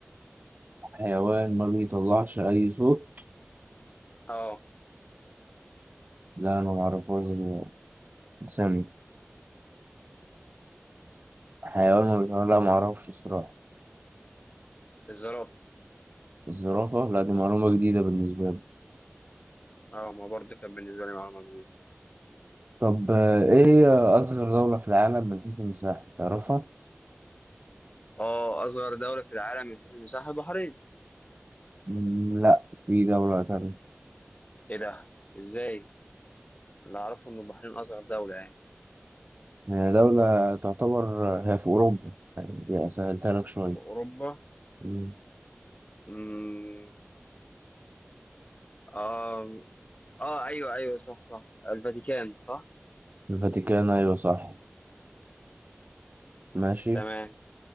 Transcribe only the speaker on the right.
حيوان ما بيطلعش اي صوت
لا انا معرفهاش دي. ثاني حيوان ما بيطلعش لا معرفش الصراحة
الزرافة لا دي معلومة جديدة بالنسبة لي
طب آه، ايه هي اصغر دولة في العالم من حيث المساحة تعرفها
مم، لا في دولة تانية
هي دولة تعتبر آه، هي في أوروبا يعني دي سهلتها لك شوية
مم.
الفاتيكان أيوة صح ماشي